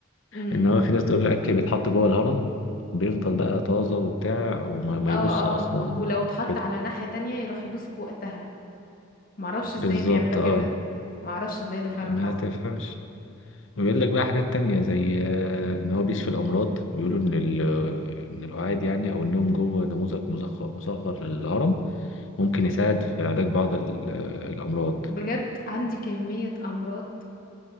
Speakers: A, on the left (about 45°); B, on the left (about 65°).
A: امم
B: ان هو في ناس تقول لك بيتحط جوه الهرم بيفضل بقى طازه وبتاع وما ما
A: اه
B: يبص اصلا
A: اه ولو اتحط
B: كده
A: على ناحية تانية يروح يبوس في وقتها معرفش ازاي
B: بالظبط
A: بيعملوا
B: اه
A: كده معرفش ازاي ده فعلا
B: ما
A: حصل
B: تفهمش ويقول لك بقى حاجات تانية زي آه، ان هو بيشفي الامراض بيقولوا ان ال- ان القعاد يعني او النوم جوه نموذج مصغر مصغر للهرم ممكن يساعد في علاج بعض ال- آه، الامراض
A: بجد عندي كمية أمراض